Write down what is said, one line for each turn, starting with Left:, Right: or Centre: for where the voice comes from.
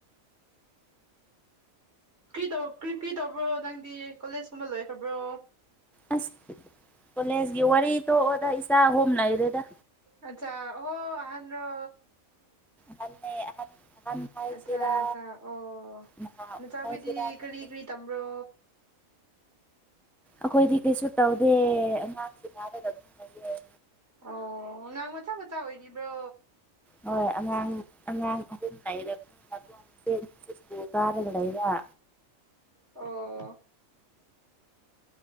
Right: ꯀꯔꯤ ꯇꯧ ꯀꯔꯤ ꯀ꯭ꯔꯤ ꯇꯧꯕ꯭ꯔꯣ ꯅꯪꯗꯤ ꯀꯣꯂꯦꯖꯀꯨꯝꯕ ꯂꯣꯏꯈ꯭ꯔꯕ꯭ꯔꯣ
Centre: ꯑꯁ ꯀꯣꯂꯦꯖꯀꯤ ꯋꯥꯔꯤ ꯇꯣꯛꯑꯣꯗ ꯏꯆꯥ ꯑꯍꯨꯝ ꯂꯩꯔꯦꯗ
Right: ꯑꯠꯆꯥ ꯑꯣ ꯑꯍꯟꯂꯣ
Centre: ꯃꯥꯅꯦ ꯑꯍꯟ ꯑꯍꯟ ꯍꯥꯏꯁꯤꯔꯥ
Right: ꯑꯠꯆꯥ ꯑꯠꯆꯥ ꯑꯣ
Centre: ꯅꯍꯥ
Right: ꯅꯆꯥꯈꯣꯏꯗꯤ
Centre: ꯍꯥꯏꯁꯤꯔꯥ ꯈꯪꯗꯦ
Right: ꯀꯔꯤ ꯀꯔꯤ ꯇꯝꯕ꯭ꯔꯣ
Centre: ꯑꯩꯈꯣꯏꯗꯤ ꯀꯩꯁꯨ ꯇꯧꯗꯦ ꯑꯉꯥꯡꯁꯦ ꯍꯥꯏꯔꯒ ꯑꯗꯨꯝꯅꯌꯦ
Right: ꯑꯣ ꯑꯉꯥꯡ ꯃꯆꯥ ꯃꯆꯥ ꯑꯣꯏꯔꯤꯕ꯭ꯔꯣ
Centre: ꯍꯣꯏ ꯑꯉꯥꯡ ꯑꯉꯥꯡ ꯑꯗꯨꯝ ꯂꯩꯔꯕꯅꯤꯀꯨꯜ ꯀꯥꯔꯒ ꯂꯩꯕ
Right: ꯑꯣ